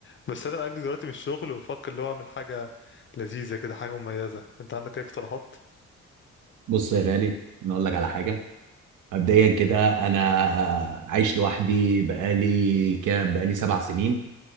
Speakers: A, on the left; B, on the right.
A: بس أنا بأجز دلوقتي من الشغل وبفكر اللي هو أعمل حاجة لذيذة كده حاجة مميزة أنت عندك أي اقتراحات؟
B: بص يا غالي انا اقول لك على حاجه مبدئيا كده انا عايش لوحدي بقالي كام بقالي سبع سنين